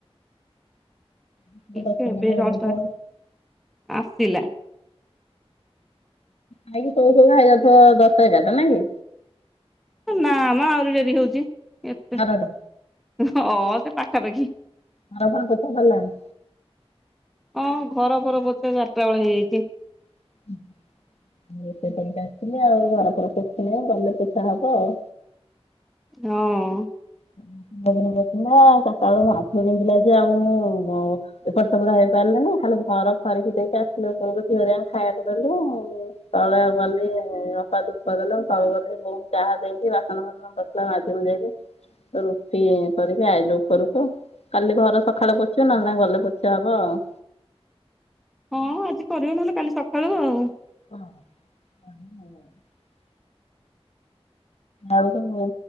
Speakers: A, on the left; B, in the centre.
A: କି
B: ସେ
A: ଦଶଟା ଏଗାରଟା
B: ଏବେ
A: ହେଇଯାଉଥିବ
B: ଜଷ୍ଟ୍ ଆ ଆସିଲା।
A: ଖାଇକି ଶୋଉ ଶୋଉ ହେଇଯାଉଥିବ ଦଶଟା ଏଗାର ଟା ନାଇଁ କି?
B: ନା ମ ଆହୁରି ଡ଼େରି ହଉଛି ଏତେ
A: ବାରଟା
B: ହଁ ସେ ପାଖାପାଖି।
A: ଘର ଫର ପୋଛା ସରିଲାଣି?
B: ହଁ ଘର ଫର ପୋଛା ଚାରଟା ବେଳେ ହେଇଯାଇଛି।
A: <unintelligible> ରୋଷେଇ କରିକି ଆସିଥିଲି ଆଉ ଘର ଫର ପୋଛିନି ଗଲେ ପୋଛା ହବ ଆଉ।
B: ହଁ।
A: <unintelligible> ମୋ ଆଣ୍ଠୁ ବିନ୍ଧିଲା ଯେ ଆଉ ମୁଁ ଏପଟେ ସେପଟ ହେଇପାରି ଖାଲି ଘର ଖରିକି ଦେଇକି ଆସିଲି ଉପରକୁ ଝିଅ <unintelligible> ଖାଇବାକୁ ଦେଲୁ ତଳେ ଗଲି ଅପା ଦୁପ ଦେଲେ ତଳକୁ ଗଲି ବୋଉଙ୍କୁ ଚାହା ଦେଇକି ବାସନ ବାସନ ପଡିଥିଲା ମାଜି ମୁଜାକି ରୁଟି କରିକି ଆଇଲି ଉପରକୁ। କାଲି ଘର ସକାଳେ ପୋଛିବି ନହଲେ ନାଇଁ ଗଲେ ପୋଛାହବ ଆଉ
B: ହଁ ଆଜି କରିବ ନହେଲେ କାଲି ସକାଳୁ ଆଉ।
A: ହଁ <unintelligible> ଆଉ କଣ ମୁଁ